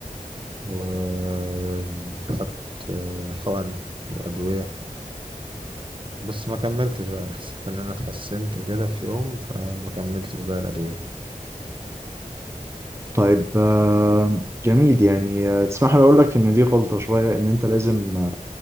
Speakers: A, on the right; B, on the right.
A: وخدت حقن وأدوية بس ما كملتش بقى أنا حسيت إن أنا اتحسنت كده في يوم فما كملتش بقى الأدوية
B: طيب آه، جميل يعني آه، تسمح لي اقول لك ان دي غلطة شوية ان انت لازم